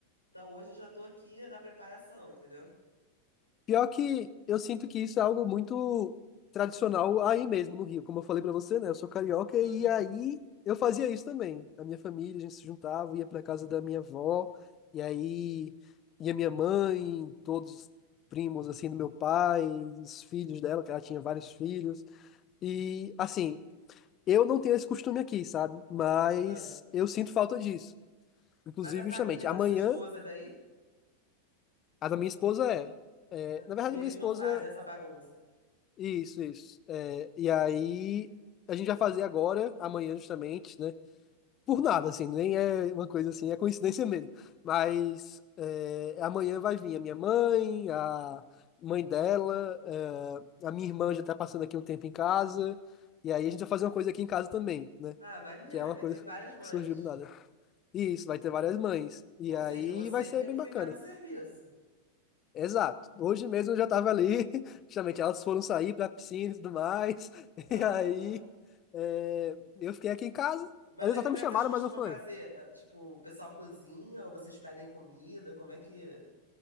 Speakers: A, on the left; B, on the left.
A: Então hoje eu já tô aqui na preparação, entendeu?
B: Pior que eu sinto que isso é algo muito tradicional aí mesmo no Rio. Como eu falei pra você, né? Eu sou carioca
A: Aham,
B: e aí eu fazia isso também. A minha família, a gente se juntava, ia pra casa da minha avó, e aí ia minha mãe, todos os primos assim do meu pai, os filhos dela, que ela tinha vários filhos. E assim, eu não tenho esse costume aqui, sabe? Mas
A: aham.
B: eu sinto falta disso. Inclusive,
A: Mas a família
B: justamente,
A: da
B: amanhã,
A: sua esposa é daí?
B: a da minha esposa é. é,
A: Ah,
B: na verdade,
A: E eles
B: a minha esposa.
A: não fazem essa bagunça.
B: Isso, isso. É, e aí, a gente vai fazer agora, amanhã, justamente, né? Por nada, assim, nem é uma coisa assim, é coincidência mesmo. Mas é, amanhã vai vir a minha mãe, a mãe dela, é, a minha irmã já tá passando aqui um tempo em casa. E aí, a gente vai fazer uma coisa aqui em casa também, né?
A: Ah, maneiro,
B: que é
A: aí
B: uma
A: vai
B: coisa
A: ter várias
B: <laughs>
A: mães.
B: que surgiu do nada. E isso, vai ter várias mães. E
A: Ou
B: aí
A: seja, você
B: vai ser
A: que tem
B: bem
A: que
B: bacana.
A: ficar no serviço.
B: Exato. Hoje mesmo eu já tava ali, <laughs> justamente elas foram sair pra piscina e tudo mais. <laughs>
A: Aham,
B: E aí
A: aham.
B: é, eu fiquei aqui em casa.
A: Mas
B: Elas
A: aí
B: até
A: como
B: me
A: é
B: chamaram,
A: que vocês costumam
B: mas eu falei,
A: fazer? É, tipo, o pessoal cozinha ou vocês pedem comida? Como é que,